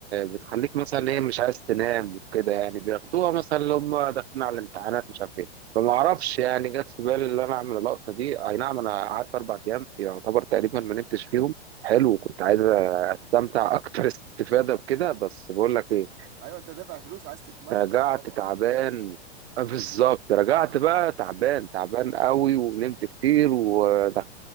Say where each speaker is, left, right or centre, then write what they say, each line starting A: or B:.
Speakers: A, on the right (about 70°); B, on the right (about 40°).
A: بتخليك مثلا ايه مش عايز تنام وكده يعني بياخدوها مثلا لو هم داخلين على الامتحانات مش عارف ايه فما اعرفش يعني جت في بالي ان انا اعمل اللقطه دي اي نعم انا قعدت اربع ايام يعتبر تقريبا ما نمتش فيهم حلو
B: <laughs>
A: كنت عايز استمتع اكتر <laughs> استفاده بكده بس بقول لك ايه
B: ايوه انت دافع فلوس عايز تتمتع
A: رجعت
B: طبعا
A: تعبان آه، بالظبط رجعت
B: اه
A: بقى تعبان تعبان قوي ونمت كتير ودخلت